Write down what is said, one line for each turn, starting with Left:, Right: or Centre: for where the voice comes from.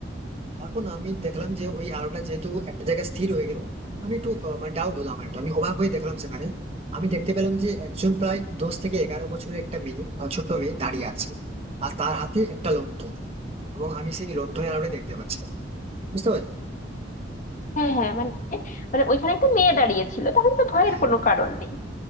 Right: তারপর না আমি দেখলাম যে ওই আলোটা যেহেতু একটা জায়গায় স্থির হয়ে গেল আমি একটু আহ, মানে ডাউট হলাম আমার একটু আমি অবাক হয়ে দেখলাম সেখানে আমি দেখতে পেলাম যে একজন প্রায় দশ থেকে এগারো বছরের একটা মেয়ে আহ, ছোট্ট মেয়ে দাঁড়িয়ে আছে আর তার হাতে একটা লণ্ঠন এবং আমি সেই লণ্ঠনের আলোটা দেখতে পাচ্ছিলাম বুঝতে পারলে
Left: হ্যাঁ হ্যাঁ মানে মানে ওইখানে একটা মেয়ে দাঁড়িয়েছিল তাহলে তো ভয়ের
Right: হ্যাঁ
Left: কোনো কারণ নেই